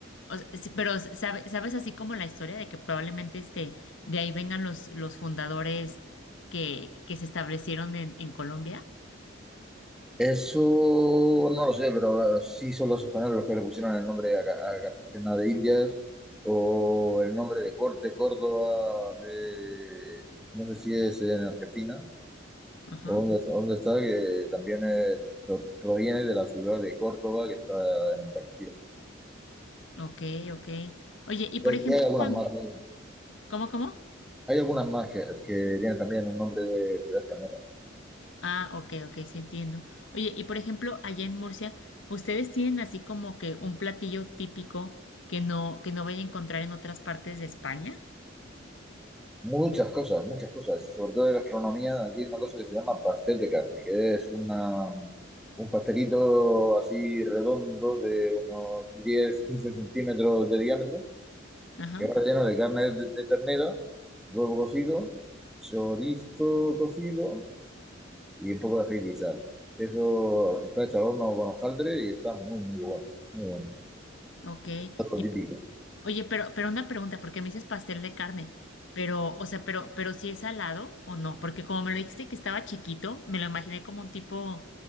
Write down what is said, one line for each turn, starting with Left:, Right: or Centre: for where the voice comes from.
Left: o sea, sí, pero sabe- ¿sabes así como la historia de que probablemente este, de ahí vengan los, los fundadores que, que se establecieron en, en Colombia?
Centre: Eso no lo sé, pero eh, sí son los españoles los que le pusieron el nombre a, Ca- a Cartagena de Indias o el nombre de, Cor- de Córdoba de... No sé si es en Argentina
Left: Ajá,
Centre: o dónde, dónde está, que también eh, pro- proviene de la ciudad de Córdoba que está en Andalucía.
Left: ok, ok. Oye, y
Centre: Y
Left: por
Centre: hay,
Left: ejemplo,
Centre: y hay algunas
Left: Juan,
Centre: más, ¿no?
Left: ¿cómo, cómo?
Centre: hay algunas más que, que tienen también un nombre de ciudad española.
Left: Ah, ok, ok, sí entiendo. Oye, y por ejemplo, allá en Murcia, ¿ustedes tienen así como que un platillo típico que no, que no vaya a encontrar en otras partes de España?
Centre: Muchas cosas, muchas cosas, y sobre todo de gastronomía, aquí hay una cosa que se llama pastel de carne, que es una, un pastelito así redondo de unos 10 15 centímetros de diámetro,
Left: Ajá,
Centre: que va relleno de carne de, de ternera, huevo cocido, chorizo cocido y un poco de aceite y sal. Eso está hecho al horno con hojaldre y está muy, muy bueno, muy bueno,
Left: ok.
Centre: algo
Left: Y
Centre: típico.
Left: p- oye, pero, pero una pregunta, porque me dices pastel de carne, pero, o sea, pero, pero si es salado o no, porque como me lo dijiste que estaba chiquito, me lo imaginé como un tipo,